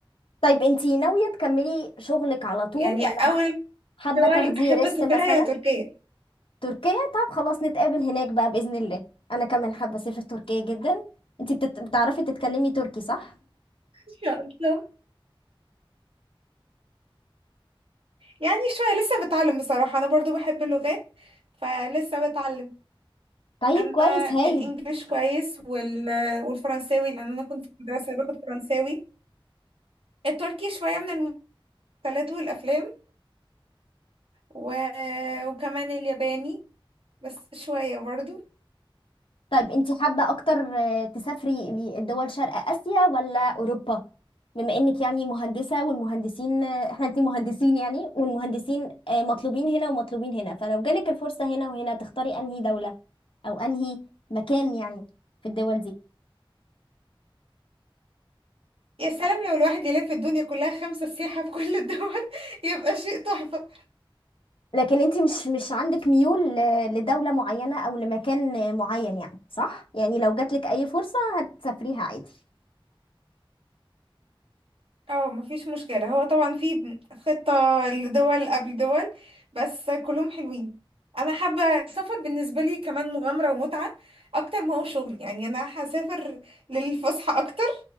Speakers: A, on the left; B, on the right.
A: طيب انت ناوية تكملي شغلك على طول
B: يعني
A: ولا
B: أول
A: حابة
B: دول
A: تاخدي
B: أحب
A: ريست
B: أسافرها
A: مثلا
B: هي تركيا
A: تركيا طب خلاص نتقابل هناك بقى بإذن الله أنا كمان حابة أسافر تركيا جدا انتي بتت... بتعرفي تتكلمي تركي صح؟
B: إن شاء الله يعني شوية لسه بتعلم بصراحة أنا برضو بحب اللغات فلسه بتعلم
A: طيب
B: أنا
A: كويس هايل
B: الإنجليش كويس وال... والفرنساوي لأن أنا كنت في مدرسة باخد فرنساوي التركي شوية من المسلسلات والأفلام و... وكمان الياباني بس شوية برضو
A: طيب انتي حابة أكتر آه، تسافري لدول شرق آسيا ولا أوروبا؟ بما إنك يعني مهندسة والمهندسين آه، احنا انتي مهندسين يعني والمهندسين آه، مطلوبين هنا ومطلوبين هنا فلو جالك الفرصة هنا وهنا تختاري أنهي دولة أو أنهي مكان يعني في الدول دي
B: يا سلام لو الواحد يلف الدنيا كلها خمسة سياحة في كل الدول <laughs> يبقى شيء تحفة
A: لكن انت مش مش عندك ميول ل- لدولة معينة او لمكان معين يعني صح يعني لو جاتلك اي فرصة هتسافريها عادي
B: اه مفيش مشكلة هو طبعا في خطة لدول قبل دول بس كلهم حلوين انا حابة السفر بالنسبة لي كمان مغامرة ومتعة اكتر ما هو شغل يعني انا هسافر للفسحة اكتر